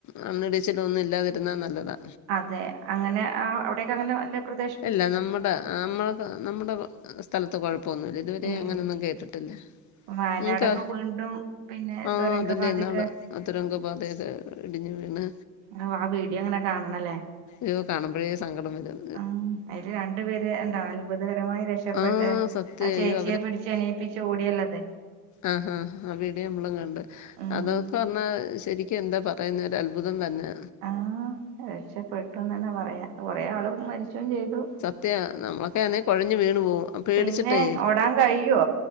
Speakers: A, on the left (about 40°); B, on the right (about 60°).
A: മണ്ണിടിച്ചിലും ഒന്നും ഇല്ലാതിരുന്നാ നല്ലതാ
B: അതെ അങ്ങനെ അവിടെയൊക്കെ അങ്ങനെ വല്ല പ്ര-
A: ഇല്ല നമ്മുടെ നമ്മള നമ്മുടെ സ്ഥലത്ത് കുഴപ്പമൊന്നുമില്ല ഇതുവരെം
B: ഏഹ്
A: അങ്ങനൊന്നും കേട്ടിട്ടില്ല
B: വയനാടൊക്കെ
A: നിങ്ങക്കാ
B: വീണ്ടും പിന്നെ
A: ആഹ്
B: തുരങ്കപാതയൊക്കെ
A: അതല്ലേ ഇന്നാള് അതുരംഗ പാത- ഇടിഞ്ഞു വിണ്
B: അഹ് ആ വീഡിയോ അങ്ങനെ കാണണല്ലേ
A: യ്യോ കാണുമ്പോഴേ സങ്കടം വരും
B: ആ അതില് രണ്ടു പേര് ഇണ്ടാവാലോ അത്ഭുതകരമായി രക്ഷപ്പെട്ട്
A: ആ സത്യം
B: ആ ചേച്ചിയെ
A: അയ്യോ
B: പിടിച്ച് എണിയിപ്പിച്ചു ഓടിയുള്ളത്
A: അഹ് ആഹ് ആ വീഡിയോ നമ്മളും കണ്ട്
B: ഉം
A: അതൊക്കെ പറഞ്ഞാ ശരിക്കും എന്താ പറയുന്നെ ഒരു അത്ഭുതം തന്നെ
B: ആഹ് രക്ഷപ്പെട്ടുന്ന് തന്നെ പറയാ കൊറെആള് മരിച്ചും ചെയ്തു
A: സത്യ നമ്മളൊക്കെ അന്നേൽ കുഴഞ്ഞ് വീണു പോവും പേടിച്ചിട്ടേ
B: പിന്നെ ഓടാൻ കഴിയോ